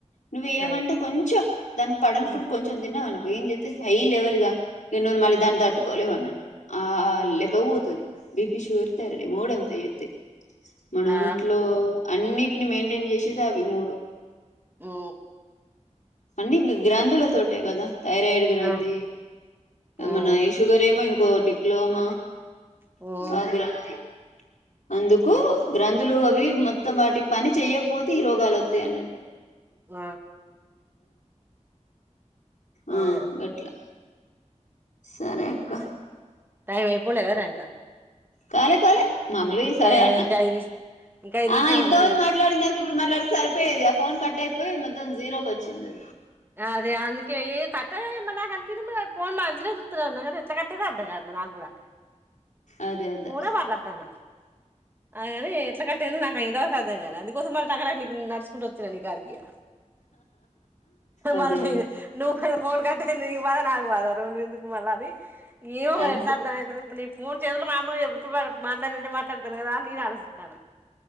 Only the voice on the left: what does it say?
నువ్వు ఏమంటే
కొంచెం దాన్ పడని
ఫుడ్ కొంచెం తిన్నావు అనుకో ఏం చేస్తే హై లెవెల్ గా మళ్ళీ దాన్ని తట్టుకోలేవా అన్నట్టు ఆ
లేక్క పోవుతది బిపి షుగర మూడు అంతే ఎ మన
ఒంట్లో అన్నిటిని మెయింటైన్ చేసేది అవి మూడు
అన్నీ గ్రంథుల తోటే కదా తయారై గ్రంథి
మన ఈ షుగర్ ఏమో ఇంకోటి క్లోమ
ఆగ్రాంత్ అందుకు
గ్రంథులు అవి మొత్తం వాటి పని చెయకపోతే ఈ రోగాలు వస్తాయి అన్నట్టు
ఆ
గట్లా సరే అక్క
కాలే కాలే మామేలే ఈ
సరే అన్న
ఆ ఎంతోమంది
మాట్లాడింద ఇప్పుడు మాట్లాడితే సరిపోయేది ఆ ఫోన్ కట్ అయిపోయి మొత్తం జీరోకి వచ్చింది
అది అదే అదే
అదే అదే
అంతే